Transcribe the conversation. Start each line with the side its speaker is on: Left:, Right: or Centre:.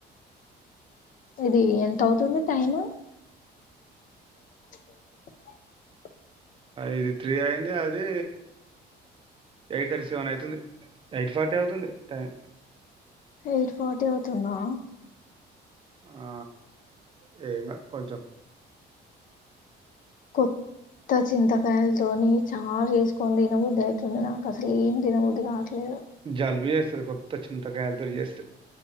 Left: ఇది ఎంత అవుతుంది టైమ్ <inaudible>
Right: ఇది త్రీ అయింది అది ఎయిట్ థర్టీ సెవెన్ అవుతుంది ఎయిట్ ఫార్టీ అవుతుంది టైం
Left: ఎయిట్ ఫార్టీ అవుతుందా
Right: ఆ చేయిలా కొంచం
Left: కొత్త చింత కాగాయలతోని చాలా చేసుకొని దినబుద్ధి అయితుంది నాకు అసలు ఏం దినబుద్ధి కావట్లేదు
Right: జలుబు చేస్తది కొత్త చింతకాయలతో చేస్తే